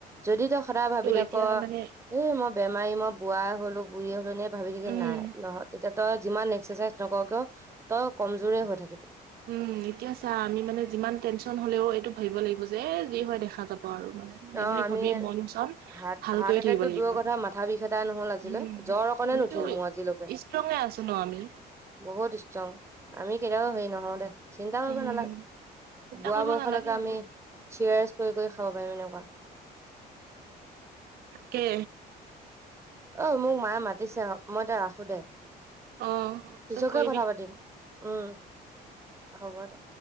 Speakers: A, on the right; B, on the right.
A: যদি তই সদায় ভাবি থাক
B: এতিয়া মানে
A: এই মই বেমাৰী, মই বুঢ়াই হলো বুঢ়ীয়ে হলো এনে ভাবি থাকে
B: উম
A: নাই নহয় তেতিয়া তই যিমান এক্সাৰচাইজ নকৰ কিয় তই কমজোৰে হৈ থাকিবি।
B: উম এতিয়া চা আমি মানে যিমান টেনশচন হলেও এইটো ভাবিব লাগিব যে যি হয় দেখা যাব আৰু মানে।
A: অ'
B: এইবুলি
A: আমি
B: ভাবি মন চন
A: হাৰ্ট
B: ভাল
A: হাৰ্ট
B: কৰি
A: এটেক
B: থাকিব
A: টো
B: লাগিব
A: দূৰ কথা মাথা বিষ এতা নহল
B: উম
A: আ জ্বৰ অকণে
B: আমিতো
A: নুঠিল মোৰ আজিলৈকে।
B: ষ্ট্ৰঙে আছো ন আমি
A: বহুত ষ্ট্ৰং আমি কেতিয়াও হেৰি নহওঁ দে। চিন্তা কৰিব
B: উম
A: নালাগে
B: চিন্তা
A: বুঢ়া
B: কৰিব
A: বয়সলৈকে
B: নালাগে
A: আমি
B: বাৰু
A: চিৰাৰছ কৰি কৰি খাব পাৰিম এনেকুৱা।
B: তাকে।
A: অ মোক মায়ে মাতিছে মই এতিয়া ৰাখোঁ দে।
B: অ
A: পিছতকে
B: চব কৰিবি
A: কথা পাতিম উম হ'ব দে।